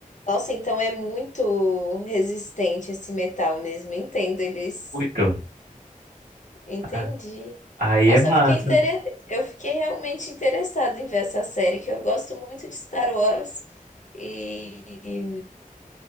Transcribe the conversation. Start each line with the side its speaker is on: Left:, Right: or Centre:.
Left: Nossa, então é muito resistente esse metal mesmo. Entendo eles.
Right: Muito.
Left: Entendi.
Right: Ah, Aí
Left: Nossa,
Right: é massa.
Left: eu fiquei intere... eu fiquei realmente interessada em ver essa série, que eu gosto muito de Star Wars. E